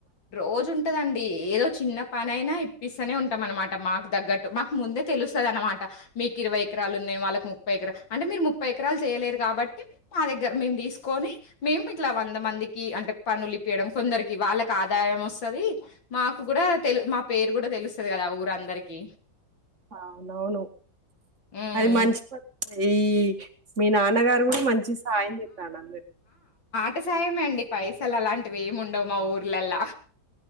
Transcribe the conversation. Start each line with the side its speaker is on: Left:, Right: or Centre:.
Left: రోజు ఉంటదండి ఏదో చిన్న పనైనా ఇప్పస్తనే ఉంటాం అన్నమాట మాకు తగ్గట్టు మాకు ముందే తెలుస్తదనమాట మీకు ఇరవై ఎకరాలు ఉన్నాయి వాళ్ళకి ముప్పై ఎకరాలు అంటే మీరు ముప్పై ఎకరాలు చేయలేరు కాబట్టి మా దగ్గర మేము దీసుకొని మేము ఇట్లా వంద మందికి అంటే పనులు ఇప్పయడం కొందరికి వాళ్ళకి ఆదాయం వస్తది మాకు కూడా తెలు మా పేరు కూడా తెలుస్తుంది కదా ఊరందరికి
Right: అవునవును
Left: హ్మ్.
Right: అది మంచి పని ఈ మీ నాన్నగారు గూడా మంచి సాయం చేస్తాడు అందరికీ
Left: ఉటి సాయమే అండి పైసలు అలాంటివి ఏమి ఉండవు మా ఊర్లలా